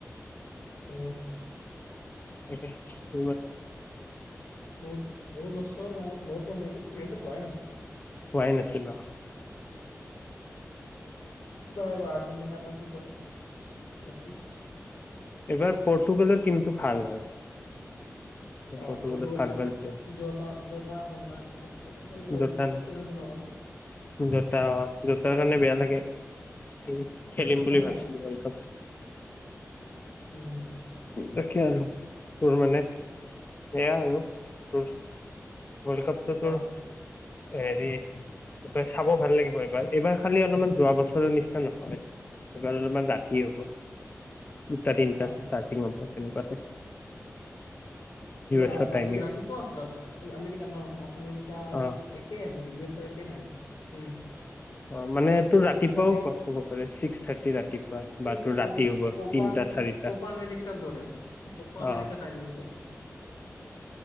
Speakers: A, on the left; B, on the left.
A: উম।
B: তাকে ধ
A: বহুত, বহুত বছৰ মূৰত নতোন ইউ এছ ত হোৱাই নাছিলে।
B: পোৱাই নাছিলো।
A: কিবা হয় আৰ্জেটিনাৰ বা কি কৰেছে
B: এবাৰ পৰ্তুগালত টিমটো ভাল হয়।
A: অ',
B: পৰ্টুগালত
A: ফুটবল
B: ভাল ভাল প্লেয়াৰ
A: জতত <unintelligible> চল বল
B: জোতা
A: উ নাজ নহ'লে।
B: জোতা অ', জোতাৰ কাৰণে বেয়া লাগে উম। খেলিম
A: নাই
B: বুলি ভাবছিলো
A: আৰু।
B: ৱৰ্ল্ড কাপ।
A: উম।
B: তাকে আৰু তোৰ মানে সেয়া আৰু তোৰ ৱৰ্ল্ড কাপটোটো
A: অ
B: হেৰি এইবাৰ চাব ভাল লাগিব এইবাৰ এইবাৰ খালি অলপমান যোৱা বছৰৰ নিচিনা নকৰে এইবাৰ অলপমান ৰাতি হ'ব। দুটা তিনিটাত
A: অ
B: ষ্টাৰ্টিং পৰা তেনেকুৱা
A: এইব ৰাতি
B: এছৰ টাইমিং
A: কি ৰাতি পুৱা আছে ৰা আমেৰিকা ন' নৰ্থ আমেৰিকা আৰু
B: অ
A: একে মানে ইউ এছৰ একে নাই। উম।
B: অ', মানে তোৰ
A: ত'
B: ৰাতিপুৱাও
A: ছিক্স থাৰ্টি
B: ক'ব পাৰে ছিক্স থাৰ্টি ৰাতি বা
A: এই
B: তোৰ
A: ক
B: হ'ব
A: কোপা
B: তিনটা চাৰিটা
A: কোপা আমেৰিকাৰ দৰে কোপা
B: অ
A: আমেৰিকাৰ টাইমি ধৰে।